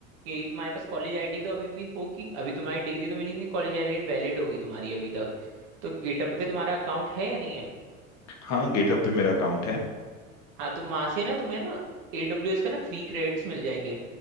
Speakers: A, on the right; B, on the left.
A: कि तुम्हारे पास कॉलेज आईडी तो अभी भी होगी अभी तुम्हारी डिग्री तो मिली नहीं कॉलेज आईडी वैलिड होगी तुम्हारी अभी तक तो गेटअप पे तुम्हारा अकाउंट है या नहीं है
B: हाँ गेटअप पे मेरा अकाउंट है
A: हाँ तो वहां से ना तुम्हें ना AWS एस का ना फ्री क्रेडिट्स मिल जाएंगे